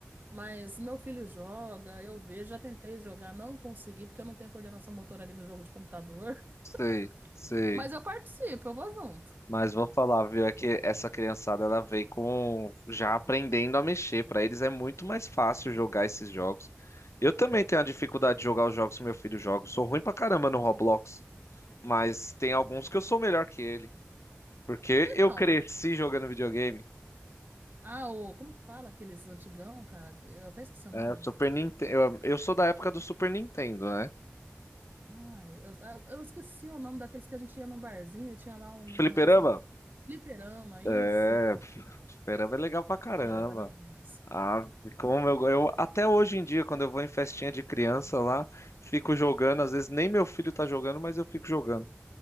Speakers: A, on the right (about 45°); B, on the left (about 75°).
A: Mas meu filho joga, eu vejo, já tentei jogar, não consegui, porque eu não tenho coordenação motora ali no jogo de computador.
B: sei, sei.
A: <laughs> Mas eu participo, eu vou junto.
B: Mas vou falar, viu, é que essa criançada ela veio com já aprendendo a mexer. Pra eles é muito mais fácil jogar esses jogos. Eu também tenho a dificuldade de jogar os jogos que meu filho joga. Eu Sou ruim pra caramba no Roblox, mas tem alguns que eu sou melhor que ele, porque
A: Então,
B: eu cresci jogando videogame.
A: ah, o, como que fala aqueles antigão, cara? que- Eu até esqueci o nome.
B: É, Super Nintendo, eu, eu sou da época do Super Nintendo, né?
A: Ai, eu, eu eu esqueci o nome daqueles que a gente ia num barzinho, tinha lá um
B: Fliperama?
A: negócio um Fliperama, isso.
B: É, fliperama é legal pra caramba.
A: Fliperama era isso.
B: Ah, como eu, eu até hoje em dia, quando eu vou em festinha de criança lá, fico jogando, às vezes nem meu filho tá jogando, mas eu fico jogando.